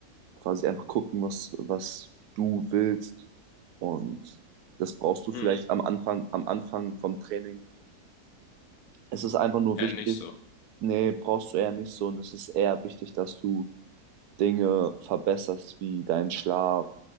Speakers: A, on the right; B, on the left.
A: quasi einfach gucken, was, was du willst. Und das brauchst du
B: Hm.
A: vielleicht am Anfang, am Anfang vom Training. Es ist einfach nur
B: Eher
A: wichtig,
B: nicht so.
A: nee, brauchst du eher nicht so. Und es ist eher wichtig, dass du Dinge verbesserst, wie deinen Schlaf,